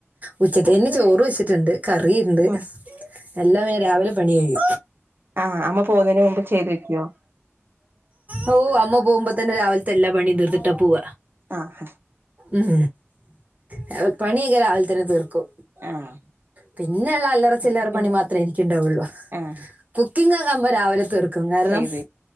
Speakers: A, on the right; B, on the right.
A: ഉച്ചത്തിന് ചോറ് വെച്ചിട്ടുണ്ട്. കറിയുണ്ട്
B: ആഹ്
A: എല്ലാം പിന്നെ രാവിലെ പണിയെയും
B: ആ അമ്മ പോവുന്നേന് മുമ്പ് ചെയ്ത് വെക്കുവാ
A: ഓ അമ്മ പോകുമ്പോ തന്നെ രാവിലത്തെ എല്ലാ പണിം തീർത്തിട്ടാ പോവ
B: ആഹ്
A: ഉം രാ പണിയൊക്കെ രാവിലെ തന്നെ തീർക്കും.
B: ആഹ്
A: പിന്നെള്ള അല്ലറച്ചില്ലറ
B: അപ്പൊ
A: പണി
B: പിന്നെ
A: മാത്രേ എനിക്ക് ഉണ്ടാവുള്ളൂ. കു
B: ആഹ്
A: കുക്കിങ്ങോക്കെമ്മ രാവിലെ തീർക്കും. കാരണം
B: ചെയ്ത്